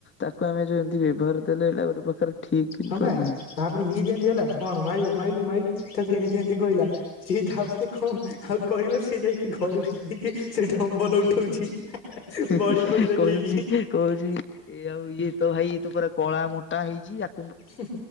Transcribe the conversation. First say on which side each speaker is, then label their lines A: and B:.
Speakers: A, on the left (about 25°); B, on the left (about 85°).
A: ତାକୁ ଆମେ ଯୋଉ ଏମତି ବ୍ୟବହାର ଦେଲେ ଏଇଟା ଗୋଟେ ପ୍ରକାର ଠିକ କିନ୍ତୁ
B: ହଁ ବା
A: ନୁହେଁ।
B: ତାପରେ ଇଏ ଯେମିତି ହେଲା କଣ ମାରିବୁ ମାଇଲୁ ମାଇିଲୁ କୁ ଏମିତି ଏମିତି କହିଲା। ସିଏ ତାପରେ କଣ ଆଉ କହିବ ସିଏ ଯାଇକି ଘରକୁ ଯାଇକି ସେ ଡମ୍ବଲ ଉଠଉଛି <unintelligible>
A: ହୁଁ,
B: ବଡି
A: ହୁଁ
B: ଫଡି ଦେଖେଇକି
A: କହୁଛି କହୁଛି ଏ ଆଉ ଇଏ ତ ଭାଇ ତ ପରା କଳା ମୋଟା ହେଇଛିି ଯା
B: ହୁଁ,